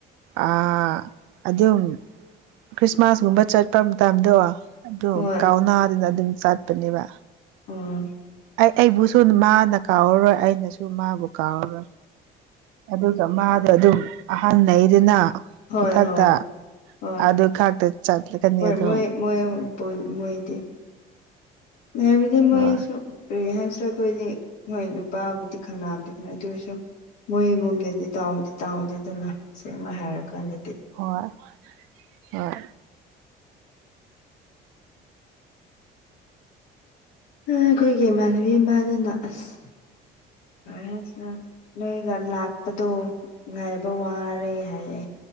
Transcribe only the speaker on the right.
ꯑ ꯑꯗꯨꯝ ꯈ꯭ꯔꯤꯁꯃꯥꯁꯀꯨꯝꯕ ꯆꯠꯄ ꯃꯇꯝꯗꯣ ꯑꯗꯣ
ꯀꯥꯎꯅꯥꯗꯨꯅ ꯑꯗꯨꯝ ꯆꯠꯄꯅꯦꯕ
ꯑꯩ ꯑꯩꯕꯨꯁꯨ ꯃꯥꯅ ꯀꯥꯎꯔꯔꯣꯏ ꯑꯩꯅꯁꯨ ꯃꯥꯕꯨ ꯀꯥꯎꯔꯔꯣꯏ ꯑꯗꯨꯒ ꯃꯥꯗꯣ ꯑꯗꯨꯝ ꯑꯍꯟꯅꯩꯗꯨꯅ
ꯃꯊꯛꯇ
ꯑꯗꯨ ꯈꯛꯇ ꯆꯠꯂꯀꯅꯤ
ꯑꯗꯨꯝ
ꯍꯣꯏ
ꯍꯣꯏ ꯍꯣꯏ